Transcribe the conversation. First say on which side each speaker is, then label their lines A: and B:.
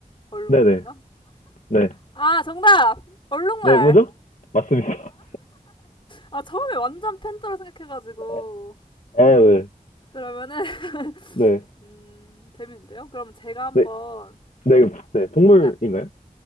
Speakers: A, on the left; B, on the left.
A: 얼룩무늬가?
B: 네, 네, 네,
A: 아, 정답! 얼룩말!
B: 네, 뭐죠? 맞습니다.
A: 아, 처음에 완전 팬더로 생각해가지고.
B: <laughs> 아, 네,
A: 그러면은, <laughs>
B: 네,
A: 음, 재밌는데요? 그러면 제가 한번
B: 네, 네, 네, 동물인가요?
A: 생각,